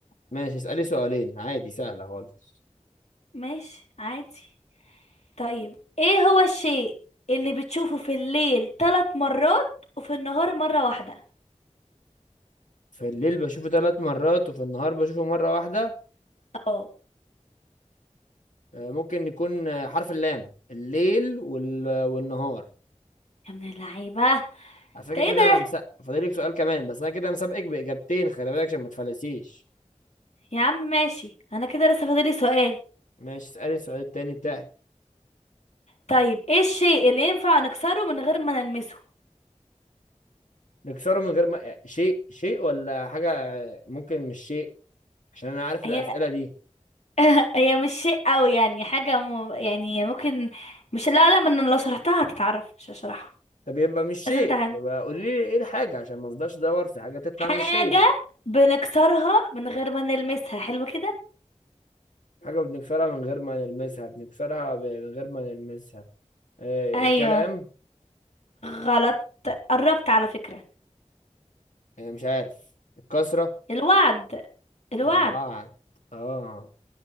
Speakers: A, on the left; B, on the left.
A: ماشي اسألي سؤالين عادي سهلة خالص
B: ماشي عادي طيب ايه هو الشيء اللي بتشوفه في الليل ثلاث مرات وفي النهار مرة واحدة
A: في الليل بشوفه ثلاث مرات وفي النهار بشوفه مرة واحدة
B: اه
A: آه، ممكن يكون آه، حرف اللام الليل وال... والنهار
B: يا ابن اللعيبة
A: على فكرة
B: ده
A: كده
B: ايه ده
A: انا مسقف فاضلك سؤال كمان بس انا كده مسابقك بإجابتين خلي بالك عشان ما تفلسيش
B: يا عم ماشي انا كده لسه فاضلي سؤال
A: ماشي اسألي السؤال التاني بتاعك
B: طيب ايه الشيء اللي ينفع نكسره من غير ما نلمسه
A: نكسره من غير ما شيء شيء ولا حاجة آه، ممكن مش شيء عشان انا عارف
B: هي
A: الأسئلة دي
B: <laughs> هي مش شيء قوي يعني حاجة م... يعني ممكن مش لا لا ما انا لو شرحتها هتتعرف مش هشرحها
A: طب يبقى مش شيء
B: لازم تعلم
A: يبقى قولي لي ايه الحاجة عشان ما افضلش ادور في حاجة تطلع
B: حاجة
A: مش هي
B: بنكسرها من غير ما نلمسها حلو كده
A: حاجة بنكسرها من غير ما نلمسها بنكسرها ب- من غير ما نلمسها آه
B: ايوه
A: الكلام
B: غلط قربت على فكرة
A: آه مش عارف الكسرة
B: الوعد الوعد
A: الوعد اه